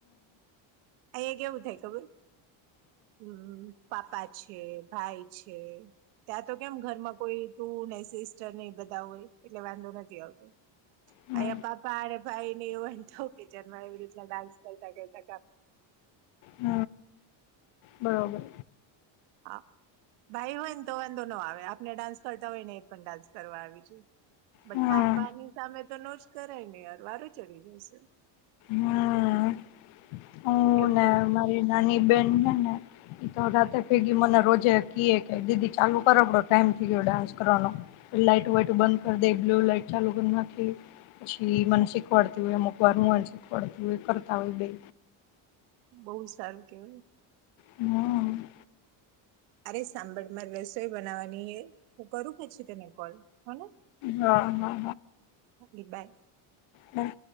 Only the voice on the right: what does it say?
અ કેવું થાય ખબર હમ પાપા છે ભાઈ છે ત્યાં તો કેમ ઘરમાં કોઈ તું નને સિસ્ટર નને બધા હોય એટલે વાંધો નથી આવતો
અહીયા પાપા અને ભાઈ ને એવ વાંધતો કચનમાં એવી રીતના ડાન્સ કરતા કરતા કામ
હા ભાઈ હોય ને તો વાંધો ન આવે આપને ડાન્સ કરતા હોય ને એ પણ ડાન્સ કરવા આવી જોઈ બટ
પાપાની સામે તો ન જ કરાય નહી અર વારું ચડી જશે
એમ
કે
હમ,
બહુ સારું કેવાય.
અરે સાંભળ માર રસોઈ બનાવવાની એ હું કરું પછી તને કોલ હને.
એ બાય.